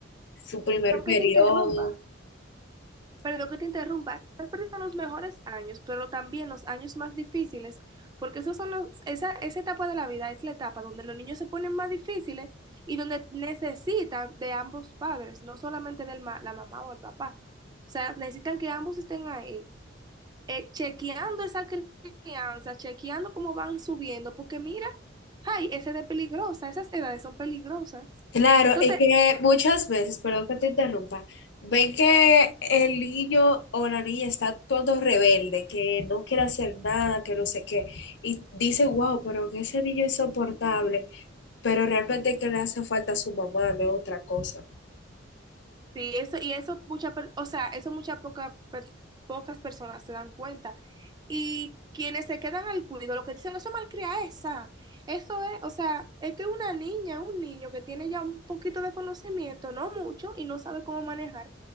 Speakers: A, on the left (about 60°); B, on the right (about 20°).
A: su primer
B: aunque
A: periodo.
B: te interrumpa. Perdón que te interrumpa, estás perdiendo los mejores años, pero también los años más difíciles, porque esos son los, esa, esa etapa de la vida es la etapa donde los niños se ponen más difíciles y donde necesitan de ambos padres, no solamente de la mamá o el papá. O sea, necesitan que ambos estén ahí, eh, chequeando esa crianza, chequeando cómo van subiendo, porque mira, ay, esa edad es peligrosa, esas edades son peligrosas.
A: Claro,
B: Entonces,
A: es que muchas veces, perdón que te interrumpa, ven que el niño o la niña está todo rebelde, que no quiere hacer nada, que no sé qué, y dice wow, pero que ese niño es insoportable, pero realmente que le hace falta a su mamá, no es otra cosa.
B: Sí, eso, y eso mucha, per- o sea, eso muchas poca per- pocas personas se dan cuenta. Y quienes se quedan al cuido, lo que dicen, eso malcria esa. Eso es, o sea, es que una niña, un niño que tiene ya un poquito de conocimiento, no mucho, y no sabe cómo manejar